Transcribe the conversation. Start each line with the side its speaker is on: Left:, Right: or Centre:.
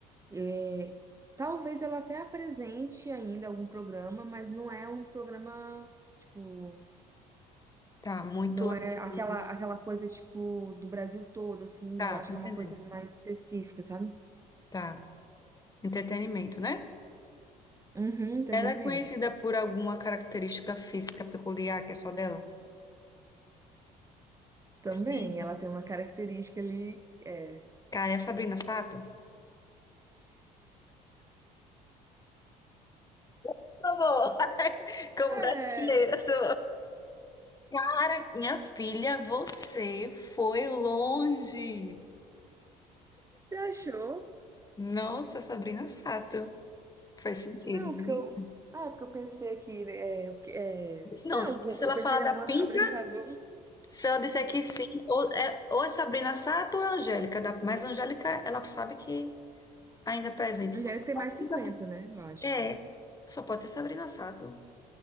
Right: é, talvez ela até apresente ainda algum programa, mas não é um programa, tipo,
Left: tá muito
Right: Não
Left: assim.
Right: é aquela, aquela coisa, tipo, do Brasil todo, assim.
Left: Tá,
Right: Eu acho
Left: tô
Right: que
Left: entendendo.
Right: é uma coisa mais específica, sabe?
Left: Tá. Entretenimento, né?
Right: Uhum, entretenimento.
Left: Ela é conhecida por alguma característica física peculiar que é só dela?
Right: Também,
Left: Sim.
Right: ela tem uma característica ali. É.
Left: Cara, é a Sabrina Sato? Por favor. <laughs> Como
Right: É,
Left: brasileira, sou. Para minha filha, você foi longe.
Right: você achou?
Left: Nossa, Sabrina Sato. Faz sentido.
Right: Não, porque
Left: né?
Right: eu. Ah, é porque eu pensei aqui, né, é, o que- é...
Left: Não,
Right: Não,
Left: se
Right: algum-
Left: se
Right: eu
Left: ela
Right: pensei
Left: falar
Right: em
Left: da
Right: algum
Left: pinta,
Right: apresentador.
Left: se ela disser que sim, ou é, ou é Sabrina Sato ou é Angélica. Da, mas Angélica, ela sabe que ainda é presente.
Right: Angélica
Left: Então,
Right: tem
Left: pode
Right: mais 50,
Left: ser Sabrina.
Right: né? Eu acho.
Left: É, só pode ser Sabrina Sato.